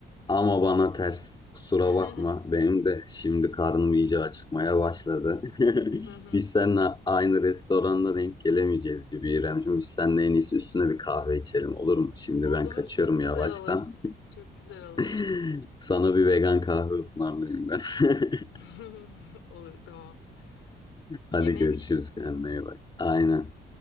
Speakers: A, on the left (about 25°); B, on the left (about 85°).
A: Ama bana ters. Kusura
B: <laughs>
A: bakma. Benim de şimdi karnım iyice acıkmaya başladı. <laughs>
B: Tamam.
A: Biz seninle aynı restoranda denk gelemeyeceğiz gibi İremciğim. Biz seninle en iyisi üstüne bir kahve içelim olur mu? Şimdi
B: Olur,
A: ben kaçıyorum
B: çok
A: yavaştan.
B: güzel olur. Çok güzel olur.
A: <laughs> Sana bir vegan kahve ısmarlayayım ben. <laughs>
B: <laughs> Olur, tamam.
A: Hadi
B: Yemeğe
A: görüşürüz
B: mi gidiyorsun?
A: kendine iyi bak. Aynen.
B: Tamam.